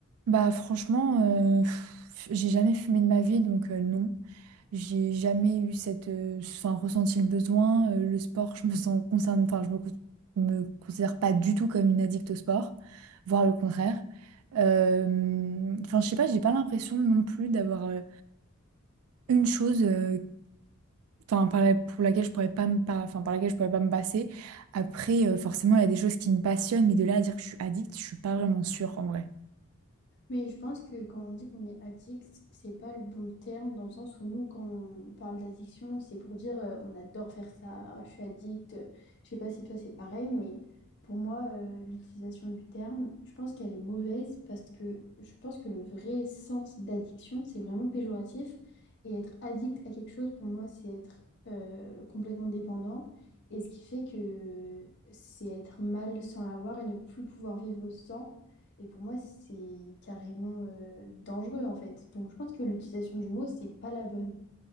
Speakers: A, on the right (about 85°); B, on the left (about 55°).
A: Bah franchement, euh, pff, j'ai jamais fumé de ma vie, donc euh, non. J'ai jamais eu cette, euh, enfin, ressenti le besoin. Euh, le sport, je me sens concerne, enfin, je me, con- me considère pas du tout comme une addict au sport, voire le contraire. Euh, Enfin, je sais pas, j'ai pas l'impression non plus d'avoir euh, une chose, euh, enfin, par la- pour laquelle je pourrais pas me, pas- enfin, par laquelle je pourrais pas me passer. Après, euh, forcément, il y a des choses qui me passionnent, mais de là à dire que je suis addict, je suis pas vraiment sûre en vrai.
B: Mais je pense que quand on dit qu'on est addict, c'est pas le bon terme dans le sens où nous, quand on parle d'addiction, c'est pour dire euh, on adore faire ça, ah, je suis addict. euh, Je sais pas si toi c'est pareil, mais pour moi, euh, l'utilisation du terme, je pense qu'elle est mauvaise parce que je pense que le vrai sens d'addiction, c'est vraiment péjoratif. Et être addict à quelque chose, pour moi, c'est être euh, complètement dépendant. Et ce qui fait que c'est être mal sans l'avoir et ne plus pouvoir vivre sans. Et pour moi, c'est carrément euh, dangereux en fait. Donc je pense que l'utilisation du mot, c'est pas la bonne.